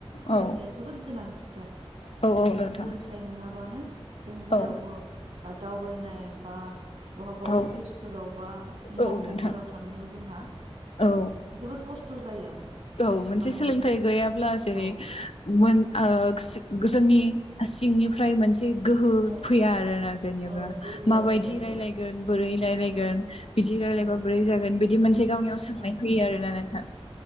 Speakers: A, on the right; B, on the left.
A: सोलोंथाइया
B: औ
A: जोबोद गोनांथिथार
B: औ औ
A: जों
B: नोंथां
A: सोलोंथाइ नङाबानो जों जेरावबो
B: औ
A: बा दावबायनाय बा बहाबा
B: औ
A: अफिसफोराव बा
B: औ
A: मावख'फोराव
B: नोंथां
A: थांनायाव जोंहा
B: औ
A: जोबोद खस्थ' जायो।
B: औ मोनसे
A: माने
B: सोलोंथाइ
A: जों
B: गैयाब्ला जेरै
A: औ
B: मोन। ओ जोंनि सिंनिफ्राय मोनसे गोहो
A: औ
B: फैया
A: औ
B: आरोना जेनेबा
A: औ गोहोआ
B: बायदि
A: गैया जायो
B: रायलायगोन बोरै रायलायगोन‌
A: औ
B: बिदि रायलायबा
A: औ
B: बोरै जागोन‌ बे बिदि मोनसे गावनियाव सोंनाय फैयो आरोना नोंथां
A: औ